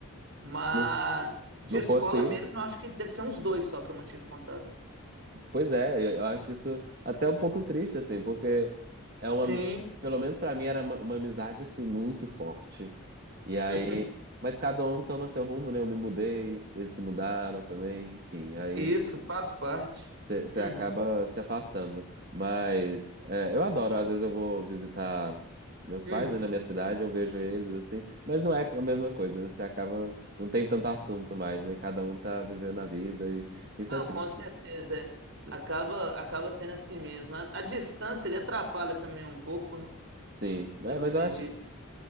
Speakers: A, on the right; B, on the right.
A: Mas
B: Se não,
A: de
B: não
A: escola
B: fosse
A: mesmo,
B: isso.
A: eu acho que deve ser uns dois só que eu mantive contato.
B: Pois é, eu acho isso até um pouco triste, assim, porque é uma,
A: Sim,
B: ami- pelo menos pra mim era uma, uma amizade assim muito forte. E aí,
A: <laughs>
B: mas cada um toma seu rumo, né? Eu me mudei, eles se mudaram também, enfim, aí
A: isso faz parte.
B: você
A: Uhum.
B: acaba se afastando. Mas é, eu adoro, às vezes eu vou visitar meus
A: Uhum.
B: pais, né, na minha cidade, eu vejo eles assim, mas não é a mesma coisa, né? Você acaba, não tem tanto assunto mais, né? Cada um tá vivendo a vida e isso
A: Não,
B: é triste.
A: com certeza. é.
B: É.
A: Acaba, acaba sendo assim mesmo. A, a distância ele atrapalha também um pouco, né?
B: Sim,
A: Eu
B: É, mas
A: acredito.
B: eu acho que